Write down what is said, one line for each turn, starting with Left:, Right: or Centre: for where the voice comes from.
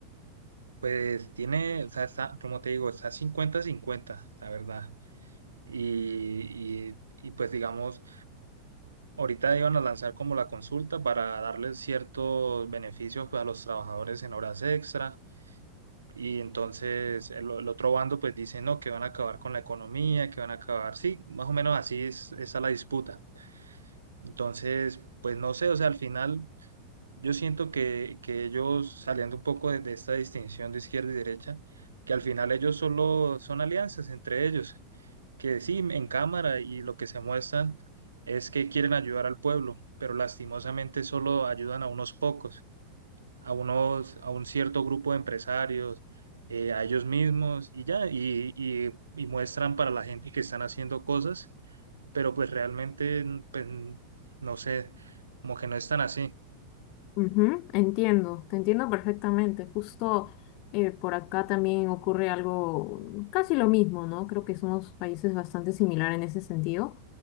Right: Pues tiene, o sea, está, como te digo, está cincuenta cincuenta la verdad. Y, y, y pues digamos, Ahorita iban a lanzar como la consulta para darles ciertos beneficios pues, a los trabajadores en horas extra y entonces el, o- el otro bando pues dice no, que van a acabar con la economía, que van a acabar, sí, más o menos así es, está la disputa. Entonces, pues no sé, o sea, al final yo siento que, que ellos saliendo un poco de, de esta distinción de izquierda y derecha, que al final ellos solo son alianzas entre ellos que sí, en cámara y lo que se muestran es que quieren ayudar al pueblo, pero lastimosamente solo ayudan a unos pocos, a unos, a un cierto grupo de empresarios, eh, a ellos mismos y ya, y, y, y muestran para la gente que están haciendo cosas, pero pues realmente, pues, no sé, como que no están así.
Left: Ujú, entiendo, te entiendo perfectamente. Justo eh, por acá también ocurre algo casi lo mismo, ¿no? Creo que somos países bastante similares en ese sentido.